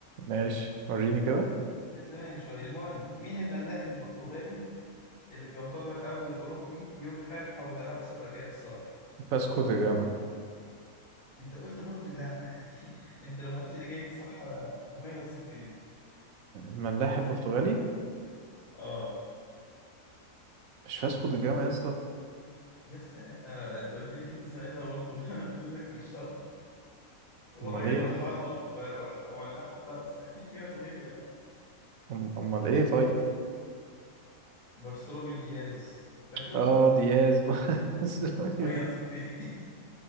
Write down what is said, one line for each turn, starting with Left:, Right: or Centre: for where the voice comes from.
Right: ماشي وريني كده
Left: بس كان زمان شوية المهم مين الملاح البرتغالي اللي بيعتبر اول اوروبي يبحر حول رأس الرجاء الصالح
Right: فاسكو دا جاما
Left: انت قلت برضو لا يعني <laughs> انت لما قلتش اللي جاي دي صح انا ماينس اتنين
Right: ملاحب برتغالي
Left: اه
Right: مش فاسكو دا جاما يا اسطى
Left: يا اسطى لا آه، انت قلت لي كده ساعتها برضه <laughs> انا قلت لك مش شرط هو
Right: امال
Left: الراجل
Right: ايه
Left: رحال اه وبر- وح- وملاح وبتاع بس اكيد في ناس غيره يعني
Right: أم- امال ايه طيب
Left: بارسلوميو دياز فاكره؟
Right: اه دياز <laughs> بس
Left: ماينس
Right: دي-
Left: اتنين <laughs>